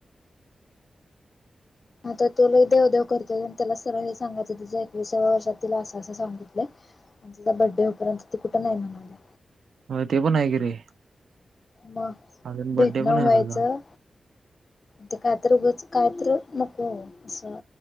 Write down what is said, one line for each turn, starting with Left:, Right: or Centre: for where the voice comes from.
Left: ह तर तुला देव देव करतो त्याला सरळ हे सांगायचं त एकस वर्षातील असं असं सांगितलं आणि तिचा बर्डे होपर्यंत ती कुठं नाही म्हणाल्या
Right: होय ते पण आहे की रे
Left: म
Right: अजून बड्डे
Left: भेटणं
Right: पण आहे
Left: व्हायचं.
Right: तुझा
Left: ते काय तर उगच कायत नको असं